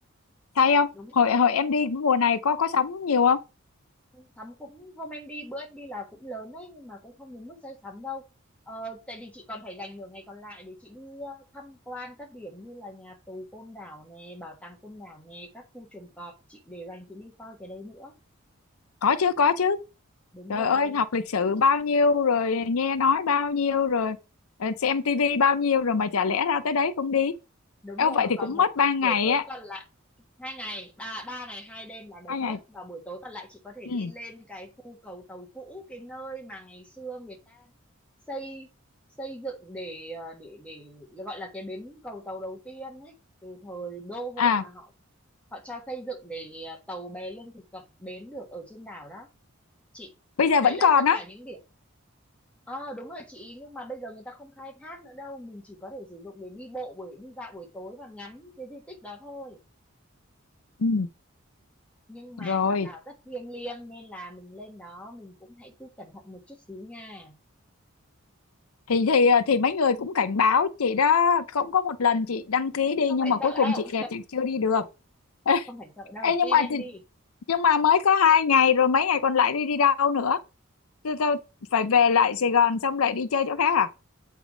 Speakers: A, on the left; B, in the centre.
A: say không
B: đúng
A: hồi
B: rồi
A: hồi em đi mùa này có có sóng nhiều không
B: sắm cũng hôm em đi bữa em đi là cũng lớn đấy nhưng mà cũng không đến mức say sắm đâu ờ, tại vì chị còn phải dành nửa ngày còn lại để chị đi ờ, tham quan các điểm như là nhà tù Côn Đảo nè bảo tàng Côn Đảo nè các khu chuồng cọp chị để dành chị đi coi cái đấy nữa
A: có chứ có chứ
B: đúng
A: trời
B: rồi
A: ơi học lịch sử bao nhiêu rồi nghe nói bao nhiêu rồi ờ, xem tivi bao nhiêu rồi mà chả lẽ ra tới đấy không đi
B: đúng
A: Eo
B: rồi
A: vậy thì
B: còn
A: cũng
B: một
A: mất 3 ngày
B: buổi tối
A: á
B: còn lại hai ngày ba ba ngày hai đêm là đẹp
A: hai
B: nhất
A: ngày
B: và buổi tối còn lại chị có thể
A: ừ.
B: đi lên cái khu cầu tàu cũ cái nơi mà ngày xưa người ta xây xây dựng để ờ, để để gọi là cái bến cầu tàu đầu tiên ấy từ thời đô hộ
A: à
B: mà họ họ cho xây dựng để ờ, tàu bè lương thực cập bến được ở trên đảo đó chị
A: bây giờ
B: đấy
A: vẫn
B: là
A: còn
B: tất
A: á
B: cả những điểm ờ đúng rồi chị nhưng mà bây giờ người ta không khai thác nữa đâu mình chỉ có thể sử dụng để đi bộ buổi đi dạo buổi tối và ngắm cái di tích đó thôi
A: ừ.
B: nhưng mà
A: rồi
B: hòn đảo rất thiêng liêng nên là mình lên đó mình cũng hãy cứ cẩn thận một chút xíu nha
A: thì thì ờ, thì mấy người cũng cảnh báo chị đó cũng có một lần chị đăng ký đi
B: không
A: nhưng
B: phải
A: mà cuối
B: sợ
A: cùng
B: đâu
A: chị kẹt chị chưa đi được <laughs>
B: không phải sợ đâu
A: Ê, nhưng
B: tin
A: mà
B: em
A: thì,
B: đi
A: nhưng mà mới có hai ngày rồi mấy ngày còn lại đi đi đâu nữa tôi, tôi phải về lại Sài Gòn xong lại đi chơi chỗ khác à?